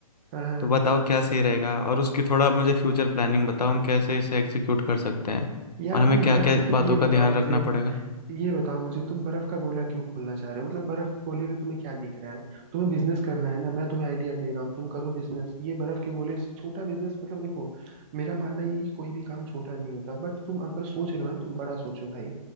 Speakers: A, on the right; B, on the left.
A: हाँ हाँ हाँ।
B: तो बताओ क्या सही रहेगा और उसकी थोड़ा आप मुझे फ्यूचर प्लानिंग बताओ हम कैसे इसे एग्जीक्यूट कर सकते हैं
A: यार
B: और हमें
A: तुम
B: क्या
A: बर्फ
B: क्या
A: <laughs>
B: बातों
A: ये बताओ
B: का ध्यान
A: मुझे
B: रखना पड़ेगा
A: ये बताओ मुझे तुम बर्फ का गोला क्यों खोलना चाह रहे हो मतलब बर्फ के गोले में तुम्हें क्या दिख रहा है तुम्हें बिजनेस करना है ना मैं तुम्हें आइडिया दे रहा हूँ तुम करो बिजनेस ये बर्फ के गोले से छोटा बिजनेस मतलब देखो मेरा मानना ये है कि कोई भी काम छोटा नहीं होता बट तुम अगर सोच रहे हो ना तुम बड़ा सोचो भाई